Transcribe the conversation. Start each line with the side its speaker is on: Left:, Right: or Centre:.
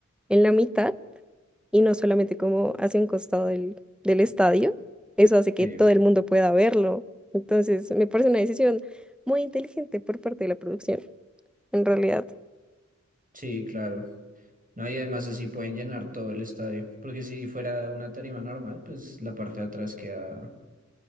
Centre: en la mitad y no solamente como hacia un costado del, del estadio. Eso hace que
Right: Sí,
Centre: todo el mundo pueda verlo. Entonces, me parece una decisión muy inteligente por parte de la producción, en realidad.
Right: sí, claro. No, y además así pueden llenar todo el estadio, porque si fuera una tarima normal, pues la parte de atrás queda,